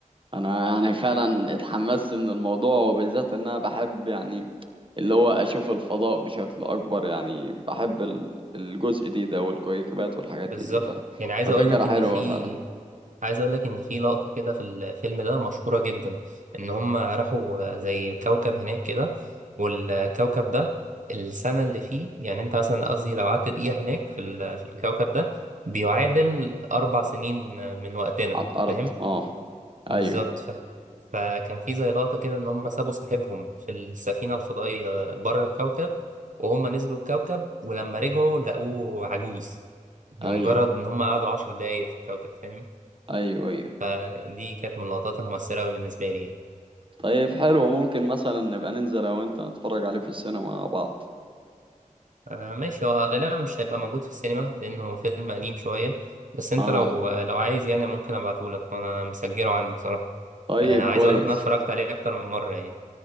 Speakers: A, on the right (about 40°); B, on the right (about 70°).
A: انا يعني فعلا اتحمست من الموضوع وبالذات ان انا بحب يعني اللي هو اشوف الفضاء بشكل اكبر يعني بحب ال- الجزء دي ده والكويكبات والحاجات دي
B: بالظبط
A: دي ف...
B: يعني عايز
A: ففكرة
B: اقول لك
A: حلوة
B: ان في
A: فعلا
B: عايز اقول لك ان في لقطه كده في الفيلم ده مشهوره جدا ان هم راحوا زي كوكب هناك كده والكوكب ده السنه اللي فيه يعني انت مثلا قصدي لو قعدت دقيقه هناك في ال- في الكوكب ده بيعادل اربع سنين من وقتنا
A: على الارض
B: فاهم
A: اه
B: بالظبط
A: ايوه
B: ف... فكان في زي لقطه كده ان هم سابوا صاحبهم في السفينه الفضائيه بره الكوكب وهم نزلوا الكوكب ولما رجعوا لقوه عجوز لمجرد
A: ايوه
B: ان هم قعدوا عشر دقايق في الكوكب فاهم
A: ايوه ايوه
B: فدي كانت من اللقطات المؤثرة أوي بالنسبة لي يعني
A: طيب حلو ممكن مثلا نبقى ننزل انا وانت نتفرج عليه في السينما مع بعض
B: آه ماشي هو غالبا مش هيبقى موجود في السينما لأنه فيلم قديم شوية بس أنت
A: اه
B: لو لو عايز يعني ممكن أبعتهولك وأنا مسجله عندي بصراحة
A: طيب
B: آه عايز
A: كويس
B: أقولك إن أنا اتفرجت عليه أكتر من مرة يعني